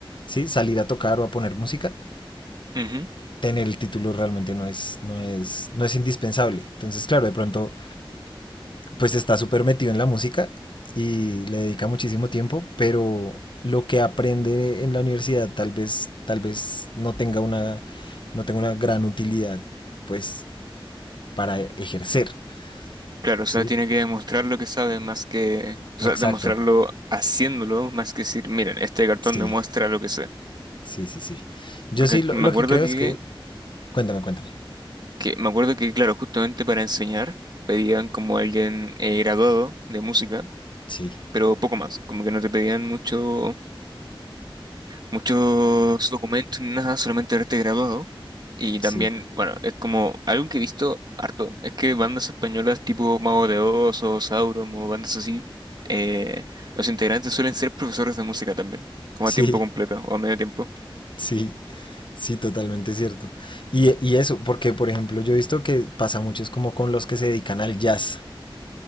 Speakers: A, on the left; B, on the right.
A: sí, salir a tocar o a poner música,
B: Ujú.
A: tener el título realmente no es, no es, no es indispensable. Entonces, claro, de pronto, pues está súper metido en la música y le dedica muchísimo tiempo, pero lo que aprende en la universidad tal vez, tal vez no tenga una, no tenga una gran utilidad, pues, para ejercer.
B: Claro, o
A: Sí.
B: sea, tiene que demostrar lo que sabe más que, o
A: Exacto.
B: sea, demostrarlo haciéndolo más que decir, miren, este cartón
A: Sí,
B: demuestra lo que sé.
A: sí, sí, sí. Yo
B: Porque
A: sí, lo,
B: me
A: lo
B: acuerdo
A: que creo
B: que
A: es que... Cuéntame, cuéntame.
B: que me acuerdo que, claro, justamente para enseñar pedían como alguien eh, graduado de música,
A: Sí,
B: pero poco más, como que no te pedían mucho, muchos documentos ni nada, solamente haberte graduado. Y
A: sí,
B: también, bueno, es como algo que he visto harto, es que bandas españolas tipo Mago de Oz o Sauron o bandas así, eh, los integrantes suelen ser profesores de música también, como
A: sí,
B: a tiempo completo o a medio tiempo.
A: sí, sí, totalmente cierto. Y, y eso, porque por ejemplo yo he visto que pasa mucho es como con los que se dedican al jazz,